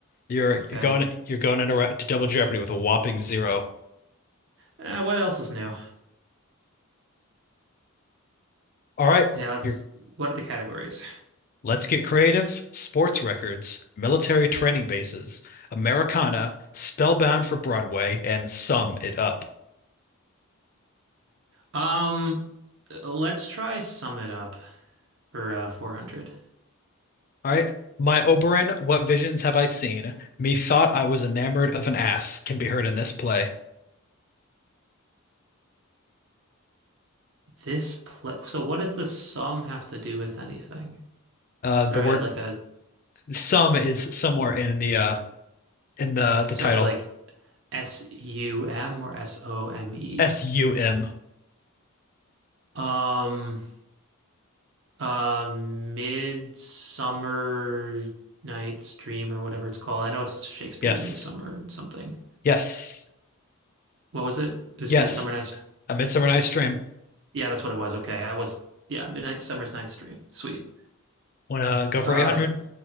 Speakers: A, on the left; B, on the right.
A: You're
B: Okay.
A: you're going you're going into ra- to double Jeopardy with a whopping zero.
B: Uh, what else is new?
A: All right,
B: Yeah, let's,
A: you're
B: what are the categories?
A: let's get creative. Sports records, military training bases, Americana, Spellbound for Broadway, and Sum It Up.
B: Um, let's try sum it up for uh, 400.
A: All right, my Oberon, what visions have I seen? Methought I was enamored of an ass can be heard in this play.
B: This play, so what does the sum have to do with anything?
A: Uh,
B: Is there
A: the word
B: a, like a,
A: sum is somewhere in the uh in the the
B: so
A: title.
B: it's like S U M or S O M E?
A: S U M.
B: Um, Uh, Midsummer Night's Dream or whatever it's called. I know it's Shakespeare
A: Yes.
B: Midsummer something.
A: Yes.
B: What was it? It was
A: Yes,
B: Midsummer Night's.
A: A Midsummer Night's Dream.
B: Yeah, that's what it was. Okay, I was. Yeah, Midnight Summer's Night's Dream. Sweet.
A: Want to go for
B: Uh,
A: 800?